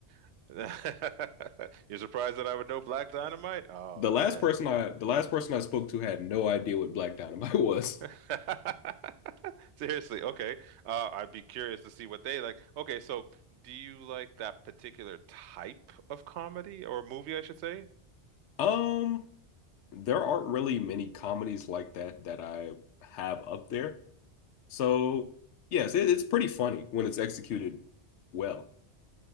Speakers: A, on the right; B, on the left.
A: <laughs> You're surprised that I would know Black Dynamite? Oh
B: The
A: man.
B: last person I the last person I spoke to had no idea what Black Dynamite <laughs> was.
A: <laughs> Seriously, okay. Uh, I'd be curious to see what they like. Okay, so do you like that particular type of comedy or movie, I should say?
B: Um, there aren't really many comedies like that that I have up there. So, yes, it, it's pretty funny when it's executed well.